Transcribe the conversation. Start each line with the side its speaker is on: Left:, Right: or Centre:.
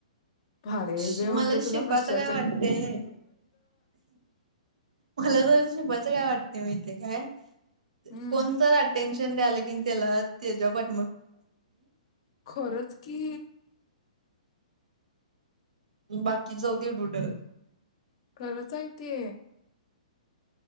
Left: भारी हायस
Right: श-
Left: बाई म्हटलं,
Right: मला शिपाचं
Left: तुला कशा
Right: काय वाटतय, मला तर शिल्पाचं काय वाट हे माहीत हाय काय?
Left: हम्म
Right: कोणतं ग अटेन्श तेन द्यायला कीन त्याला. त्याच्या पाट
Left: खरंच की.
Right: बाकी जाऊदे उड
Left: खरंच आहे ते.